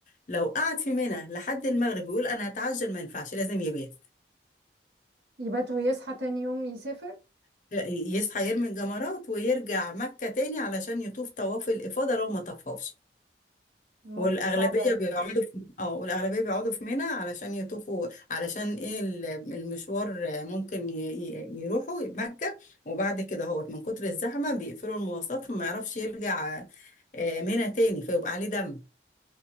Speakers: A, on the left; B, on the right.
A: لو قعد في منى لحد المغرب يقول أنا هتعجل ما ينفعش لازم يبات
B: يبات ويصحى تاني يوم يسافر
A: يصحى يرمي الجمرات ويرجع مكة تاني علشان يطوف طواف الإفاضة لو ما طفوش
B: الموضوع
A: والأغلبية
B: صعب قوي
A: بيقعدوا في اه والأغلبية بيقعدوا في منى علشان يطوفوا علشان ايه ال- المشوار ممكن ي- ي- يروحوا مكة وبعد كده هو من كتر الزحمة بيقفلوا المواصلات فما يعرفش يرجع آه، منى تاني فيبقى عليه دم